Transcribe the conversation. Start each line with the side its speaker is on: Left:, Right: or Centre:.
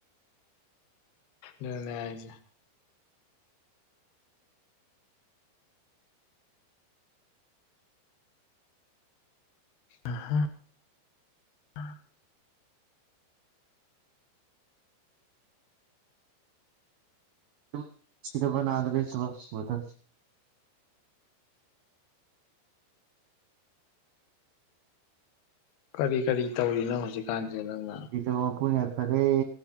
Left: ꯗꯨꯅꯦ ꯍꯥꯢꯁꯤ ꯑꯍ ꯑ
Right: ꯗꯨꯝ ꯁꯤꯗꯕ ꯅꯥꯗꯕ ꯂꯩꯇꯕ ꯕꯔꯗꯔ
Left: ꯀꯔꯤ ꯀꯔꯤ ꯇꯧꯔꯤꯅꯣ ꯍꯧꯖꯤꯛꯀꯥꯟꯁꯦ ꯅꯪꯅ
Right: ꯗꯤꯗ <unintelligible> ꯌꯥꯏꯐꯔꯦ